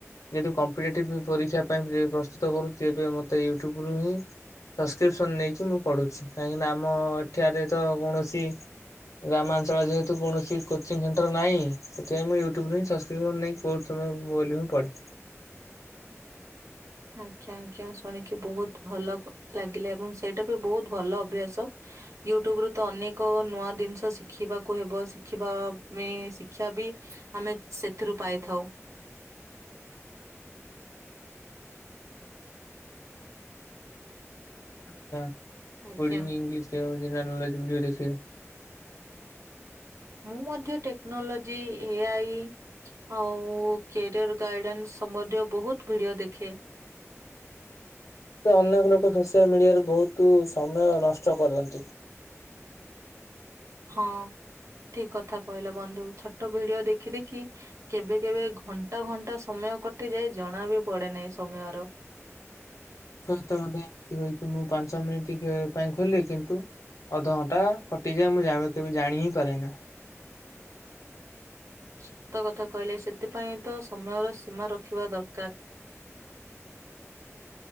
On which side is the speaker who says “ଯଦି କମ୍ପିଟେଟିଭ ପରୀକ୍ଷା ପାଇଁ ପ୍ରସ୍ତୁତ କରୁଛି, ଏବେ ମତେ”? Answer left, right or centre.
Left